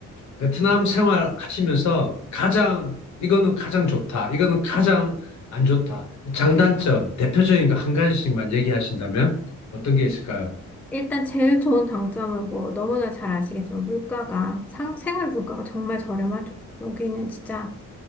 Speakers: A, on the left (about 65°); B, in the centre.
A: 베트남 생활 하시면서 가장, 이거는 가장 좋다, 이거는 가장 안 좋다, 장단점, 대표적인 거 한 가지씩만 얘기하신다면 어떤 게 있을까요?
B: 일단 제일 좋은 장점은 뭐, 너무나 잘 아시겠지만, 물가가, 상, 생활 물가가 정말 저렴하죠. 여기는 진짜